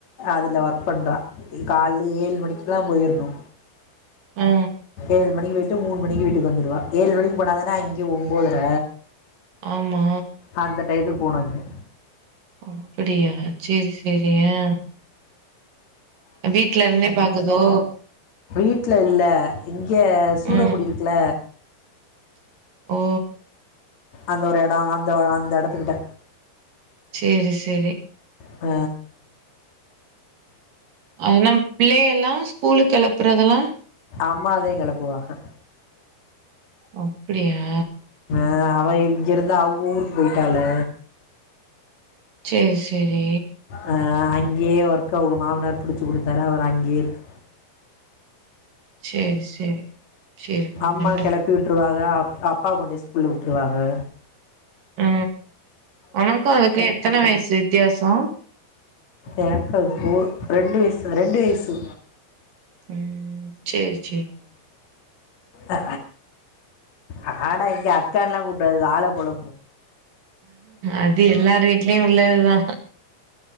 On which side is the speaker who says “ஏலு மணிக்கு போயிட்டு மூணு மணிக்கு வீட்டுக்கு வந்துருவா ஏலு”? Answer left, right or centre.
Left